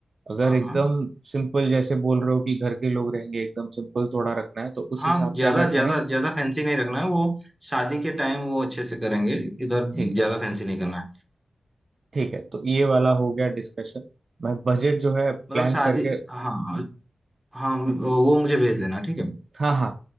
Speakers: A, on the right; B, in the centre.
A: अगर
B: हाँ
A: एकदम
B: हाँ
A: सिंपल जैसे बोल रहे हो कि घर के लोग रहेंगे एकदम सिंपल थोड़ा रखना है तो उस
B: हाँ
A: हिसाब
B: ज्यादा
A: से अगर करें
B: ज्यादा ज्यादा फैंसी नहीं रखना है वो शादी के टाइम वो अच्छे से करेंगे इधर
A: ठीक
B: ज्यादा
A: है
B: फैंसी नहीं करना है
A: ठीक है तो ये वाला हो गया डिस्कशन मैं बजट जो है प्लान
B: मतलब शादी
A: करके
B: हाँ हाँ
A: हम्म।
B: वो मुझे भेज देना ठीक है
A: हाँ हाँ